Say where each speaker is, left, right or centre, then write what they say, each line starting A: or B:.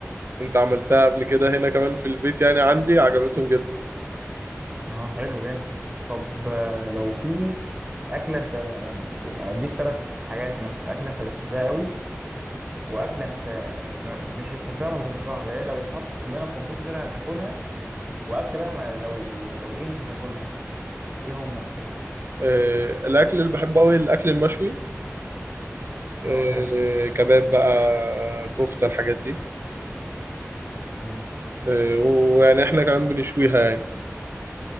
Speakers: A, on the right; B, on the right.
A: انت عملتها قبل كده هنا كمان في البيت يعني عندي عجبتهم جدا
B: اه حلو جامد طب آه، لو في اكله انت يعني ت- هديك ثلاث حاجات مثلا اكله انت بتحبها قوي واكله انت ما- مش بتحبها ومش بذكرها ليه لو اتحطت قدامك ومفيش غيرها هتاكلها واكله بقى ما لو لو ايه مش هتاكلها ايه هما مثلا
A: آه، الاكل اللي بحبه قوي الاكل المشوي
B: اه
A: آه،
B: حلو
A: كباب بقى كفتة الحاجات دي
B: امم
A: آه، ويعني احنا كمان بنشويها يعني